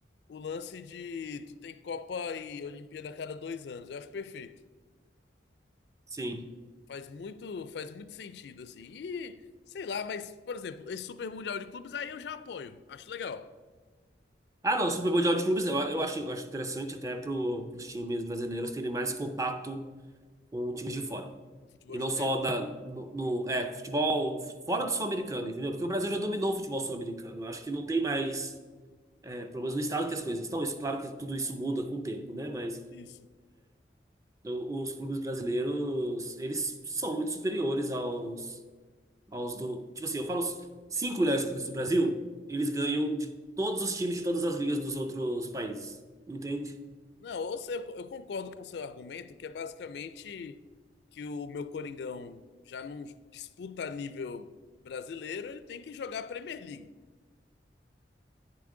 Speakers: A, on the left (about 70°); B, on the right (about 20°).
A: o lance de tu tem Copa e Olimpíada a cada dois anos. Eu acho perfeito.
B: Sim.
A: Faz muito, faz muito sentido, assim. E, sei lá, mas, por exemplo, esse Super Mundial de Clubes aí eu já apoio. Acho legal.
B: Ah, não, o Super Mundial de Clubes, eu, eu acho, eu acho interessante até para os times brasileiros terem mais contato com times de fora.
A: O futebol
B: E
A: estrangeiro.
B: não só da, no, no- é, futebol fora do sul-americano, entendeu? Porque o Brasil já dominou o futebol sul-americano. Eu acho que não tem mais. é, problemas do estado que as coisas estão. Isso, claro que tudo isso muda com o tempo, né? Mas
A: Isso.
B: o- os clubes brasileiros, eles são muito superiores aos, aos do. Tipo assim, eu falo os cinco melhores clubes do Brasil, eles ganham de todos os times de todas as ligas dos outros países. Entende?
A: Não, ou seja, eu eu concordo com o seu argumento, que é basicamente que o meu Coringão já não disputa a nível brasileiro, ele tem que jogar a Premier League.